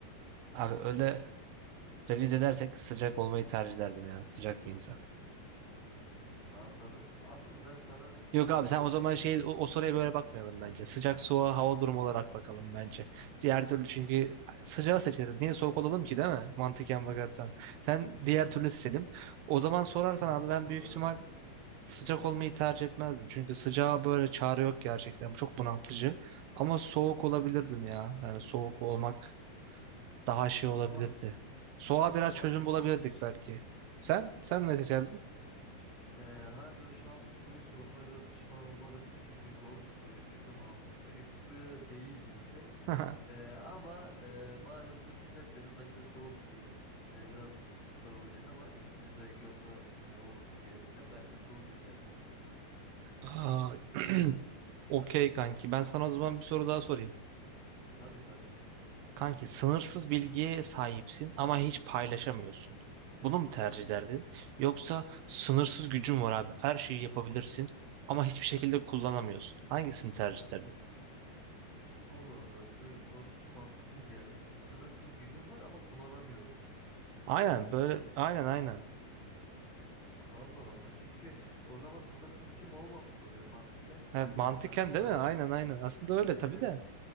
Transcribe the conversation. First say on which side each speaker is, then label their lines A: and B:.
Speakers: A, on the right; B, on the left.
A: Abi öyle revize edersek sıcak olmayı tercih ederdim ya. Sıcak bir insan.
B: Hmm, anladım. Asıl ben sana şurada
A: Yok abi
B: şöyle
A: sen o
B: bir şey
A: zaman
B: yöneldim.
A: şey o, o soruya böyle bakmayalım bence. Sıcak soğuğa hava durumu olarak bakalım bence. Diğer türlü çünkü sıcağı seçeriz. Niye soğuk olalım ki değil mi? Mantıken bakarsan. Sen diğer türlü seçelim. O zaman sorarsan
B: Hmm,
A: abi ben
B: doğru.
A: büyük ihtimal Sıcak olmayı tercih etmezdim. Çünkü sıcağa böyle çare yok gerçekten. Bu çok bunaltıcı. Ama soğuk olabilirdim ya. Yani soğuk olmak daha
B: Hmm,
A: şey olabilirdi.
B: tuhaf,
A: Soğuğa biraz
B: tuhaf
A: çözüm
B: bir
A: bulabilirdik
B: bakış açısı.
A: belki. Sen? Sen
B: E,
A: ne seçerdin?
B: Ee, harbiden şu an bu soruyu sorduğuma biraz pişman olmadım değil çünkü zor bir soruymuş. Bir de mantıklı değil gibi pek.
A: <laughs>
B: Ee, ama e, madem sen sıcak dedin ben de soğuk diyelim. Ee, biraz zıt kutuplar olacak ama ikisinin de gönlü e, olsun diyerekten ben de soğuğu seçerdim.
A: Aa, <clears throat> Okey kanki. Ben sana o zaman bir soru daha sorayım.
B: Tabii tabii.
A: Kanki sınırsız bilgiye sahipsin ama hiç paylaşamıyorsun. Bunu mu tercih ederdin? Yoksa sınırsız gücün var abi. Her şeyi yapabilirsin ama hiçbir şekilde kullanamıyorsun. Hangisini tercih ederdin?
B: Allah Allah bu sonuncusu mantıksız geldi. Çünkü sınırsız gücüm var ama kullanamıyorum.
A: Aynen
B: Doğru mu?
A: böyle aynen aynen.
B: Allah Allah. Çünkü o zaman sınırsız gücüm olmamış oluyor mantıken.
A: Ha,
B: Ee, biraz
A: mantıken
B: saçma
A: değil mi? Aynen aynen. Aslında
B: <laughs>
A: öyle
B: Evet.
A: tabii de.